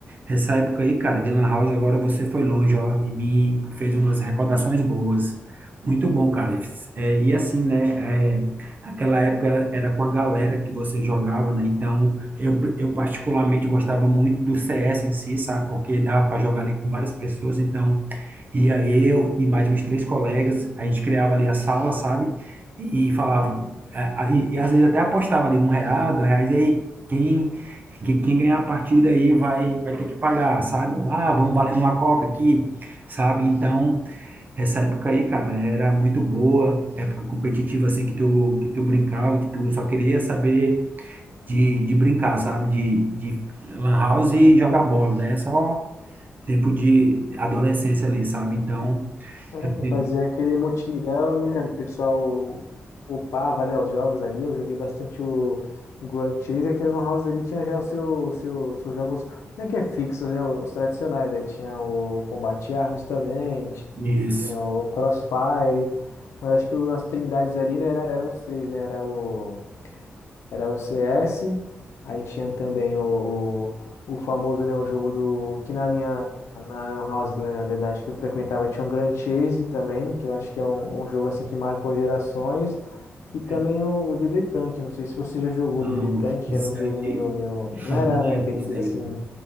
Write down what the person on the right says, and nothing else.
Essa época aí, cara, de Lan House, agora você foi longe, ó, e me fez umas recordações boas. Muito bom, cara. E f- é, e assim, né? é, aquela época era, era com a galera que você jogava, né? Então, eu, eu particularmente gostava muito do CS em si, sabe? Porque dava para jogar ali com várias pessoas. Então, ia eu e mais uns três colegas, a gente criava ali a sala, sabe? E, e falava, é, a- e, e às vezes até apostava ali um real, dois reais, e aí, quem que quem ganhar a partida aí vai, vai ter que pagar, sabe? Ah, vamos valendo uma coca aqui, sabe? Então, essa época aí, cara, era muito boa, época competitiva, assim, que tu, que tu brincava, que tu só queria saber de, de brincar, sabe? De, de lan house e jogar bola, né? Só tempo de adolescência ali, sabe? Então,
é um tempo-
isso.
É,
Não,
esse
aí,
eu
não lembro,
esse aí.